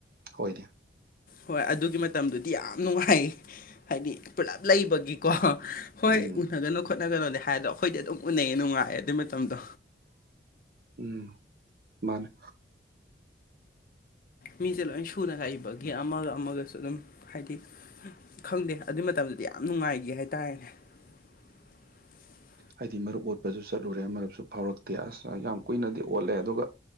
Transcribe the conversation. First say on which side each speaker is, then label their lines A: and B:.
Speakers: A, on the right; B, on the left.
A: ꯍꯣꯏꯗ
B: ꯍꯣꯏ ꯑꯗꯨꯒꯤ ꯃꯇꯝꯗꯨꯗꯤ ꯌꯥꯝ ꯅꯨꯡꯉꯥꯏ ꯍꯥꯏꯗꯤ ꯄꯨꯂꯞ ꯂꯩꯕꯒꯤꯀꯣ ꯍꯣꯏ
A: ꯎꯝ
B: ꯎꯅꯒꯅꯣ ꯈꯣꯠꯅꯒꯅꯣꯗꯤ ꯍꯥꯏꯗꯣ ꯑꯩꯈꯣꯏꯗꯤ ꯑꯗꯨꯝ ꯎꯅꯩꯌꯦ ꯅꯨꯡꯉꯥꯏꯌꯦ ꯑꯗꯨꯏ ꯃꯇꯝꯗꯣ
A: ꯎꯝ ꯃꯥꯅꯦ
B: ꯃꯤꯁꯦ ꯂꯣꯏ ꯁꯨꯅ ꯂꯩꯏꯕꯒꯤ ꯑꯃꯒ ꯑꯃꯒꯁꯨ ꯑꯗꯨꯝ ꯍꯥꯏꯗꯤ ꯈꯪꯗꯦ ꯑꯗꯨꯏ ꯃꯇꯝꯗꯨꯗꯤ ꯌꯥꯝ ꯅꯨꯡꯉꯥꯏꯈꯤ ꯍꯥꯏꯇꯥꯔꯦꯅꯦ <inaudible>
A: ꯍꯥꯏꯗꯤ ꯃꯔꯨꯞ ꯑꯣꯠꯄꯁꯨ ꯆꯠꯂꯨꯔꯦ ꯃꯔꯨꯞꯁꯨ ꯐꯥꯎꯔꯛꯇꯦ ꯑꯁ ꯌꯥꯝ ꯀꯨꯏꯅꯗꯤ ꯑꯣꯠꯂꯦ ꯑꯗꯨꯒ